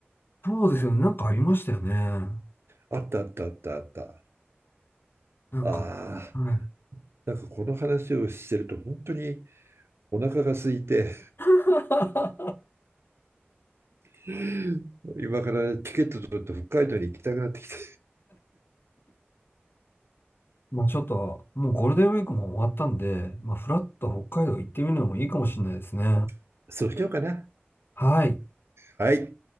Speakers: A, on the left (about 60°); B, on the right (about 80°).
A: そうですよね。なんかありましたよね。な
B: あったあったあったあった。
A: んか、
B: ああ、
A: はい。
B: なんかこの話をしてると本当にお腹が空いて、
A: <laughs>
B: <laughs> 今からチケット取って北海道に行きたくなってきて。
A: まあちょっと、もうゴールデンウィークも終わったんで、まあフラッと北海道行ってみるのもいいかもしれないですね。
B: <laughs> そうしようかな。
A: はい。
B: はい。